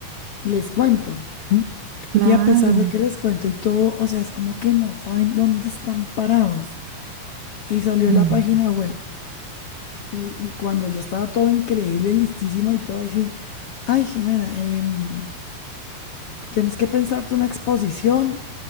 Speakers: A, on the left (about 70°); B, on the right (about 65°).
A: Les cuento. ¿m?
B: claro,
A: Y a pesar de que les cuento y todo, o sea, es como que no saben dónde están parados. Y salió la
B: ay, no
A: página
B: sé.
A: web. Y, y cuando ya estaba todo increíble, listísimo y todo, ahí sí, ay, Jimena, em, Tienes que pensarte una exposición,